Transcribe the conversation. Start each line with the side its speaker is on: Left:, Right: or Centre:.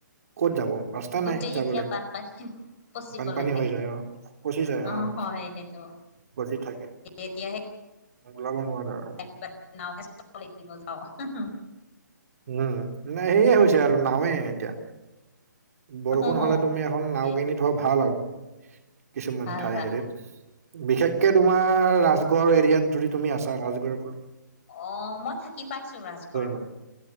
Right: ক'ত যাব? ৰাস্তা
Left: গোটেই
Right: নাই যাবলে।
Left: এতিয়া বানপানীত ফচিব
Right: বানপানী
Left: লাগে
Right: হৈ যায় আহ, ফচি যায়
Left: অ
Right: আহ,
Left: হয় সেইটো
Right: পছি থাকে,
Left: এতিয়াহে
Right: ওলাব নোৱাৰে আৰু।
Left: <inaudible>
Right: উম
Left: তেনেকে
Right: ন সেয়ে হৈছে আৰু নাৱে এতিয়া বৰষুণ
Left: হো হো
Right: হলে তুমি খন নাও
Left: এ
Right: কিনি থোৱা ভাল আৰু কিছুমান
Left: ভাল
Right: ঠাই
Left: ভাল
Right: হেৰিত বিশেষকে তোমাৰ ৰাজগড় এৰিয়াত যদি তুমি আছা ৰাজগড়বোৰ
Left: অ' মই থাকি পাইছো ৰাজগড়
Right: মানে